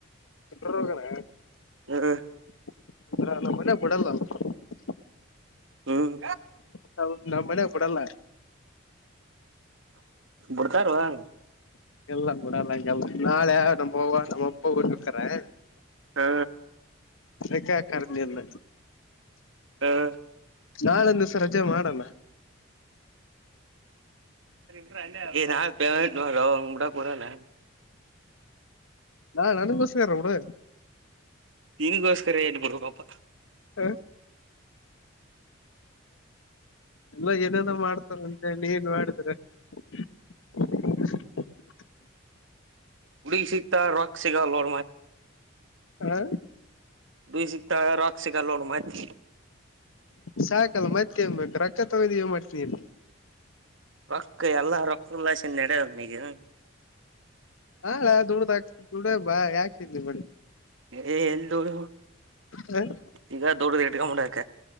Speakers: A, on the left; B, on the right.
A: <unintelligible>
B: ಹ್ಮ್ ಹ್ಮ್
A: ಹ್ಮ್ ನಮ್ಮ್ ಮನೆ ಕೊಡಲ್ಲ.
B: ಬಿಡ್ತಾರವಾ.
A: ಎಲ್ಲ ಕೂಡಲ್ಲ ನಾಳೆ ನಮ್ಮವ ನಮ್ಮ ಅಪ್ಪ ಹೋಗಿರ್ತಾರೆ.
B: ಹಾ
A: ಅದಕ್ಕೆ ಕರ್ದೆಯಿಲ್ಲ.
B: ಹಾ
A: ನಾಳೆ ಒಂದು ದಿವಸ ರಜೆ ಮಾಡೋಣ.
B: ನಾಲೆ ಪೇಮೆಂಟ್ ಅದಾವ ಬಿಡೋಕೆ ಬರಲ್ಲ.
A: ಹಾ ನಂಗೋಸ್ಕರ ಬಿಡು.
B: ನಿಗೋಸ್ಕರ ಏನ್ಬಿಡಬೇಕಪ್ಪ.
A: ಹಾ ಎಲ್ಲ ಏನನ ಮಾಡ್ತಾರ ಅಂತೇಳಿ ಏನ್ ಮಾಡಿದ್ರೆ. <inaudible>
B: ಹುಡುಗಿ ಸಿಗ್ತಾ ರೊಕ್ಕ ಸಿಗಲೋ.
A: ಹಾ
B: ದು ಸಿಗ್ತಾ ರಾಕ್ಕ್ಷ <unintelligible> ಸಿಗ ಲೋಡ್ ಮತ್
A: ಸಾಕಲ್ಲ ಮತ್ತೆೇನ್ ಬೇಕು ರೊಕ್ಕ ತಗೊಂಡಿ ಏನ್ ಮಾಡ್ತೀನಿ ಅ
B: ರೊಕ್ಕ ಎಲ್ಲಾ ರೊಕ್ಕಲ್ಲಾಸನ್ ನಡದನಗ
A: ಹಾ ದುಡ್ಡ್ದ ಆ ದುಡಬಾ <unintelligible> ಯಾಕ್ತಿದ್ ಮಾಡಿ
B: ಏ ಎಲ್ಲಿ ದೊಡ
A: ಬೇಡ
B: ಈಗ ದೊಡದ ಇಟ್ಕಂಬಕ